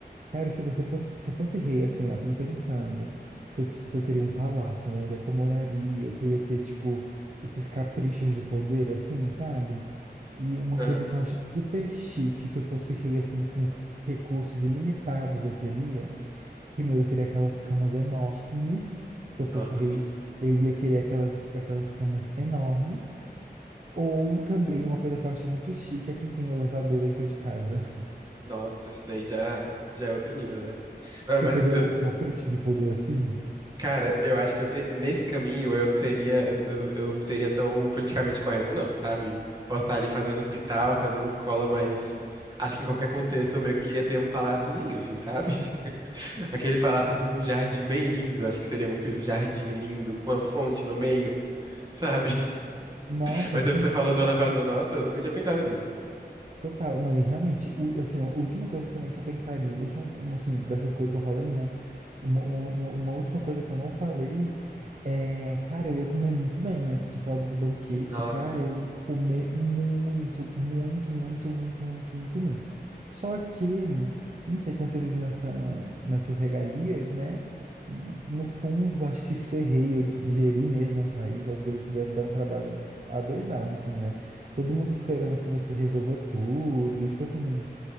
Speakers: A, on the right; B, on the right.
A: Cara, se você fosse, se eu fosse rei, assim, né, eu fico pensando se eu, se eu teria um palácio, né? Onde é que eu moraria? Se eu ia ter, tipo, esses caprichos de poder, assim, sabe? E uma
B: Aham.
A: coisa que eu acho super chique, se eu fosse rei, assim, com recursos ilimitados, eu teria. Primeiro, seria aquelas camas enormes. Se eu fosse
B: Nossa,
A: rei,
B: assim.
A: eu ia querer aquelas, aquelas camas enormes. Ou também uma coisa que eu acho muito chique é quem tem elevador dentro de casa. <laughs>
B: Nossa, isso daí já já é outro nível, né? Ah,
A: Você
B: Mas
A: teria
B: assim,
A: algum capricho de poder assim?
B: Cara, eu acho que eu te- nesse caminho eu não seria eu, eu- eu não seria tão politicamente correto, não, sabe? Posso estar ali fazendo hospital, fazendo escola, mas acho que em qualquer contexto eu meio que queria ter um paláciozinho, assim, sabe? <laughs> Aquele palácio assim com um jardim bem lindo, acho que seria muito isso, jardim lindo com a fonte no meio, sabe? <laughs>
A: Nossa,
B: Mas
A: sim,
B: você falou
A: total.
B: do elevador, nossa, eu nunca tinha pensado nisso.
A: Total. Não, e realmente, o- assim, a última coisa também que eu pensaria, última, um, assim, dessas coisas que eu falei, né? Uma, um, uma, uma última coisa que eu não falei é, cara, eu ia comer muito bem, né? Você tinha falado do banquete,
B: Nossa,
A: cara,
B: assim.
A: eu ia comer muito, muito, muito, muito, muito, muito, muito. Só que, não sei, quando você vive nessa, nessas regalias, né? No fundo, acho que ser rei ou gerir mesmo um país, ou alguma coisa assim, deve dar um trabalho adoidado, assim, né? todo mundo esperando
B: Nossa, assim.
A: que você resolva tudo. E, tipo assim,